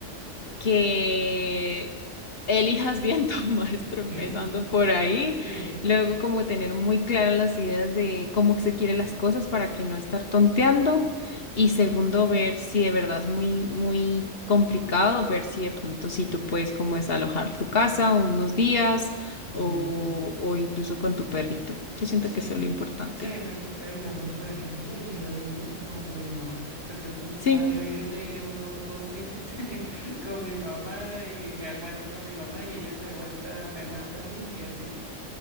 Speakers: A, on the left; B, on the right.
A: que elijas bien tu <laughs> maestro
B: <laughs>
A: empezando por ahí
B: Sí.
A: luego como tener muy claras las ideas de cómo se quiere las cosas para que no estar tonteando y segundo ver si de verdad es muy muy complicado ver si de pronto si tú puedes como desalojar tu casa unos días
B: Ujú.
A: o o incluso con tu perrito yo siento
B: Sí,
A: que eso es lo importante
B: sí, me toca, digamos, por ejemplo, ir a vivir con mi mamá. Entonces
A: sí
B: voy a vivirme unos dos meses <laughs> con mi mamá y me aguanto a mi mamá y ella se aguanta, me aguanta a mí y así.